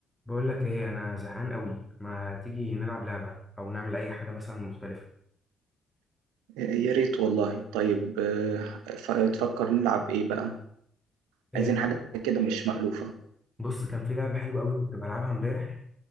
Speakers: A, in the centre; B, on the right.
A: بقول لك ايه انا زهقان قوي ما تيجي نلعب لعبه او نعمل اي حاجه مثلا مختلفه
B: يا ريت والله طيب آه، ف- تفكر نلعب ايه بقى
A: إيه
B: عايزين حاجة كده مش مألوفة
A: بص كان في لعبه حلوه قوي كنت بلعبها امبارح